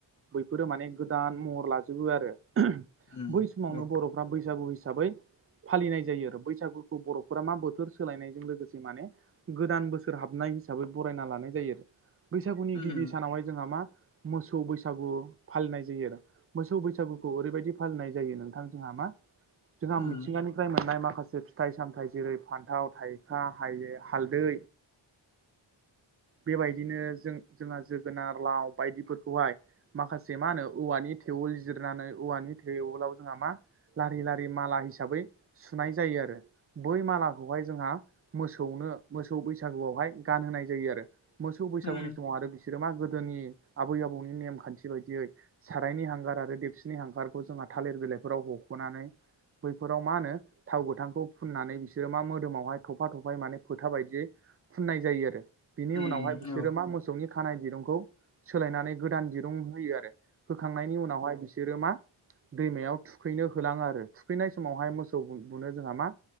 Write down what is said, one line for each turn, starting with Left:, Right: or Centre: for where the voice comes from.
Right: बैफोरो माने गोदान महर लाजोबो आरो।
Left: उम
Right: बै समावनो
Left: औ
Right: बर' बैसागु हिसाबै फालिनाय जायो आरो। बैसागुखौ बर'फोरा मा बोथोर सोलायनाय जों लोगोसे माने गोदान बोसोर हाबनाय हिसाबै बरायना लानाय जायो आरो। बैसागुनि
Left: उम
Right: गिबि सानावहाय जोंहा मा मोसौ बैसागु फालिनाय जायो आरो। मोसौ बैसागुखौ ओरैबायादि फालिनाय जायो नोंथां जोंहा मा जोंहा
Left: उम
Right: मिथिंगानिफ्राय मोननाय माखासे फिथाइ सामथायाइ जेरै फान्थाव थाइ खा हायो हालदै
Left: <inaudible>
Right: बेबायदिनो जों जोंहा जोगोनार लाव बायदिफोरखौहाय माखासे मा होनो औवानि थेवोल जिरनानै औवानि थेवोलाव जोंहा मा लारि लारि माला हिसाबै सुनाय जायो आरो बै मालाखौहाय जोहा मोसौनो मोसौ बैसागुआवहाय गानहोनाय जायो आरो। मोसौ बैसागुनि
Left: उम
Right: समाव आरो बिसोर मा गोदोनि आबै आबौनि नेमखान्थि बायदियै सारायनि हांगार आरो देपसिनि हांगारखौ जोंहा थालिर बिलाइफोराव हख'नानै बैफोराव मा होनो थाव गोथांखौ फुननानै बिसोरो मा मोदोमावहाय थफा थफायै माने फोथा बायदियै फुननाय जायो आरो बिनि
Left: उम
Right: उनावहाय बिसोरो
Left: औ
Right: मा मोसौनि खानाय दिरुंखौ सोलायनानै गोदान दिरुं होयो आरो होखांनायनि उनावहाय बिसोरो मा दैमायाव थुखैनो होलाङो आरो थुखैनाय समावहाय मोसौ सौखौ बुनो जोंहा मा